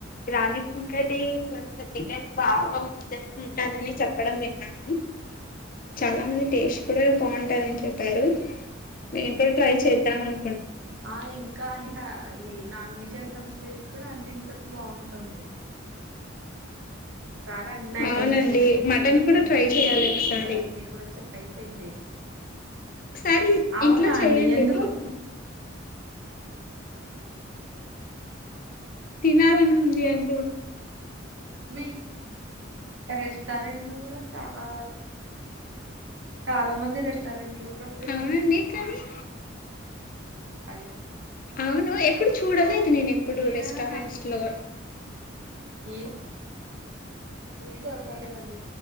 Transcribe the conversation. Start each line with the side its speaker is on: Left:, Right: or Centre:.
Left: రాగి సంగటి ప్లస్ చికెన్ బా అ ఉంటదని చెప్పడం విన్నాను చాలా మంది టేస్ట్ కూడా బాగుంటందని చెప్పారు మేము కూడా ట్రై చేద్దాం అను
Right: ఆ ఇంకా అండి అవి నాన్ వెజ్ ఐటెమ్స్ లే కూడా అన్నింటిలోకి బాగుంటుంది చానా అన్ని ఐటమ్స్
Left: అవునండి
Right: లేకి
Left: మటన్
Right: చేసుకొని
Left: కూడా
Right: ట్రై
Left: చేయాలి
Right: చేసి
Left: ఒకసారి
Right: తినాలి మీరు కూడా వచ్చి ట్రై చేయండి
Left: ఒకసారి
Right: అవునా
Left: ఇంట్లో చెయ్యండి
Right: అండి ఎందుకు
Left: మీరు తినాలని ఉంది అండి
Right: మీ రెస్టారెంట్లు కూడా చాలా చాలా మంది రెస్టారెంట్లు కూడా ఇప్పుడు
Left: అవునండి కని
Right: అది
Left: అవును ఎప్పుడు చూడలేదు నేను ఎప్పుడు
Right: ఏవైనా
Left: రెస్టారెంట్స్లో
Right: వి ఎవి దొరకలేదండి